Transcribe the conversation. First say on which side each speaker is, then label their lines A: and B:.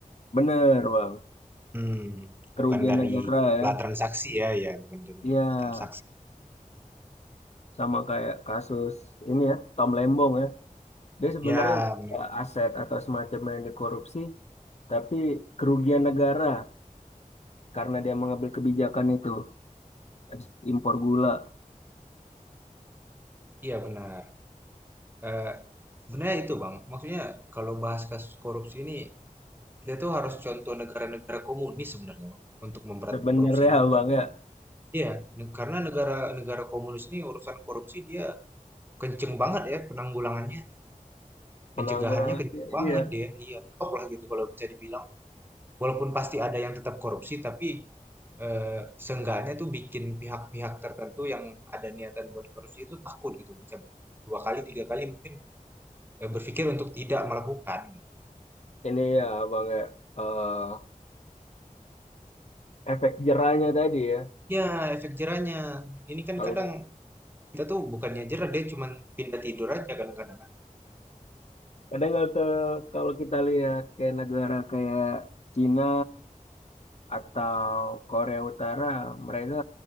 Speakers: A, on the left; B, on the right.
A: Bener, Bang.
B: Hmm,
A: Kerugian
B: bukan dari
A: negara
B: jumlah
A: ya.
B: transaksi ya, ya bukan dari
A: Ya,
B: jumlah transaksi.
A: sama kayak kasus ini ya, Tom Lembong ya. Dia sebenarnya
B: Ya,
A: nggak
B: benar.
A: ada aset atau semacamnya yang dikorupsi, tapi kerugian negara karena dia mengambil kebijakan itu. ekspor- Impor gula.
B: Iya benar. Eee, sebenarnya itu Bang, maksudnya kalau bahas kasus korupsi ini, kita tuh harus contoh negara-negara komunis sebenarnya Bang, untuk memberantas
A: Sebenarnya,
B: korupsi ini.
A: Bang ya.
B: Iya, ne karena negara-negara komunis ini urusan korupsi dia kenceng banget ya penanggulangannya,
A: penanggulangan
B: pencegahannya kenceng banget
A: iya
B: dia, iya, top lah gitu kalau bisa dibilang. walaupun pasti ada yang tetap korupsi, tapi eh, seenggaknya tuh bikin pihak-pihak tertentu yang ada niatan buat korupsi itu takut gitu, bisa berpikir dua kali, tiga kali mungkin eh, berpikir untuk tidak melakukan. Gitu.
A: ini ya bang ya eh, efek jerahnya tadi ya
B: Ya, efek jerahnya. Ini kan
A: kalau
B: kadang
A: ki-
B: kita tuh bukannya jerah, dia cuman pindah tidur aja kan kadang
A: kadang kalau te- kalau kita lihat kayak negara kayak Cina atau Korea Utara mereka